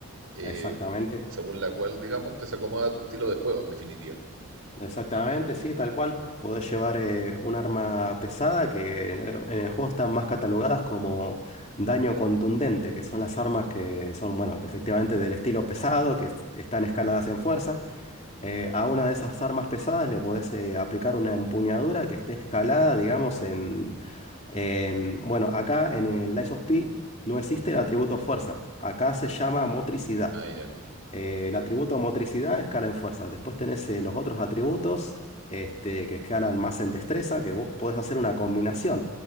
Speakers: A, on the right (about 75°); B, on the left (about 30°).
A: eh,
B: exactamente.
A: según la cual, digamos, que se acomoda a tu estilo de juego, en definitiva.
B: Exactamente, sí, tal cual. Podés llevar eh, un arma pesada que en el, en el juego están más catalogadas como daño contundente, que son las armas que son, bueno, efectivamente del estilo pesado, que es- están escaladas en fuerza. Eh, a una de esas armas pesadas le podés eh, aplicar una empuñadura que esté escalada, digamos, en, en... Bueno, acá en el Lies of P no existe el atributo fuerza. Acá se llama motricidad.
A: Ah, ya.
B: Eh, el atributo motricidad escala en fuerza. Después tenés eh, los otros atributos este, que escalan más en destreza, que vos podés hacer una combinación.